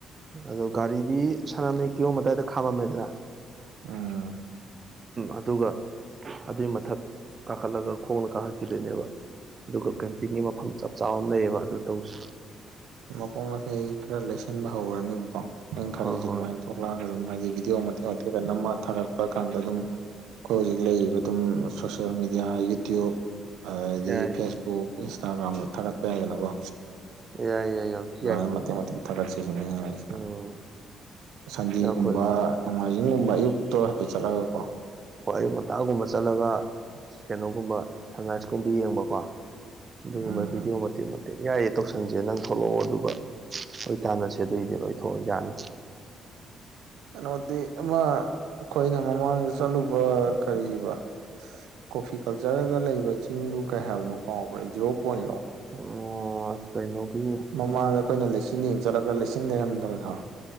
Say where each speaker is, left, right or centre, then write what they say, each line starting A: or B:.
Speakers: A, on the right; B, on the right.
A: ꯑꯗꯣ ꯒꯥꯔꯤꯗꯤ ꯁꯅꯥꯃꯍꯤ ꯀꯤꯌꯣꯝꯗꯥꯏꯗ ꯈꯥꯝꯃꯝꯃꯦꯗꯅ
B: ꯎꯝ
A: ꯑꯗꯨꯒ ꯑꯗꯨꯏ ꯃꯊꯛ ꯀꯥꯈꯠꯂꯒ ꯈꯣꯡꯅ ꯀꯥꯈꯠꯈꯤꯗꯣꯏꯅꯦꯕ ꯑꯗꯨꯒ ꯄꯤꯛꯅꯤꯛ ꯃꯐꯝ ꯆꯞ ꯆꯥꯕ ꯑꯃꯥ ꯂꯩꯌꯦꯕ ꯑꯗꯨ ꯇꯧꯁꯤ
B: ꯃꯄꯣ ꯃꯁꯩ ꯈꯔ ꯂꯩꯁꯟꯕ ꯍꯧꯔꯅꯤꯕꯀꯣ ꯑꯩꯅ ꯈꯜꯂꯤꯁꯦ
A: ꯍꯣꯏ ꯍꯣꯏ
B: ꯑꯗꯨꯃꯥꯏꯅ ꯊꯣꯛꯂꯛꯑꯒ ꯑꯗꯨꯝ ꯍꯥꯏꯗꯤ ꯚꯤꯗꯤꯑꯣ ꯃꯇꯦꯛ ꯃꯇꯦꯛꯀ ꯅꯝꯃꯒ ꯊꯥꯒꯠꯄ ꯀꯥꯟꯗ ꯑꯗꯨꯝ ꯑꯩꯈꯣꯏ ꯍꯧꯖꯤꯛ ꯂꯩꯔꯤꯕ ꯑꯗꯨꯝ ꯁꯣꯁꯦꯜ ꯃꯦꯗꯤꯌꯥ ꯌꯨꯇ꯭ꯨꯕ ꯑꯗꯤ
A: ꯌꯥꯏ
B: ꯐꯦꯁꯕꯨ ꯕꯨꯛ ꯏꯟꯁꯇꯥꯒ꯭ꯔꯥꯝꯗ ꯊꯥꯒꯠꯄ ꯌꯥꯏꯗꯅꯀꯣ
A: ꯌꯥꯏ ꯌꯥꯏ ꯌꯥꯝ ꯊꯤ
B: ꯑꯗꯨꯃꯥꯏꯅ
A: ꯌꯥꯏ
B: ꯃꯇꯦꯛ ꯃꯇꯦꯛ ꯊꯥꯒꯠꯁꯤꯁꯤꯅ ꯑꯩꯅꯥ ꯍꯥꯏꯁꯤꯅ
A: ꯎꯝ
B: ꯁꯟꯗꯦꯒꯨꯝꯕ
A: ꯑꯩꯈꯣꯏ
B: ꯅꯣꯡꯃꯥꯏꯖꯤꯡꯒꯨꯝꯕ ꯑꯌꯨꯛꯇ ꯍꯥꯏꯐꯦꯠ ꯆꯠꯂꯒꯀꯣ
A: ꯍꯣꯏ ꯑꯌꯨꯛ ꯉꯟꯇꯥꯒꯨꯝꯕ ꯆꯠꯂꯒ ꯀꯩꯅꯣꯒꯨꯝꯕ ꯁꯟꯔꯥꯏꯁꯀꯨꯝꯕ ꯌꯦꯡꯕꯀꯣ ꯑꯗꯨꯒꯨꯝꯕ
B: ꯎꯝ
A: ꯚꯗꯤꯑꯣ ꯃꯇꯦꯛ ꯃꯇꯦꯛ ꯌꯥꯏꯌꯦ ꯇꯧꯁꯟꯁꯦ ꯅꯪ ꯊꯣꯛꯂꯛꯑꯣ ꯑꯗꯨꯒ ꯍꯣꯏ ꯇꯥꯟꯅꯁꯦ ꯑꯗꯨꯏꯗꯤꯕ ꯑꯣꯏ ꯊꯣꯛꯑ ꯌꯥꯅꯤ
B: ꯀꯩꯅꯣꯗꯤ ꯑꯃ ꯑꯩꯈꯣꯏꯅ ꯃꯃꯥꯡꯗ ꯆꯠꯂꯨꯕ ꯀꯔꯤꯕ ꯀꯣꯐꯤ ꯀꯜꯆꯔꯒ ꯂꯩꯕ ꯆꯤꯡꯗꯨ ꯀꯩ ꯍꯥꯏꯕꯅꯣ ꯀꯥꯎꯕ꯭ꯔꯦ ꯖꯤꯔꯣ ꯄꯣꯏꯟ ꯂꯣ
A: ꯑꯣ ꯀꯩꯅꯣꯒꯤ
B: ꯃꯃꯥꯡꯗ ꯑꯩꯈꯣꯏꯅ ꯂꯩꯆꯤꯜ ꯌꯦꯡ ꯆꯠꯂꯒ ꯂꯩꯆꯤꯜ ꯂꯩꯔꯝꯗꯕꯗꯣ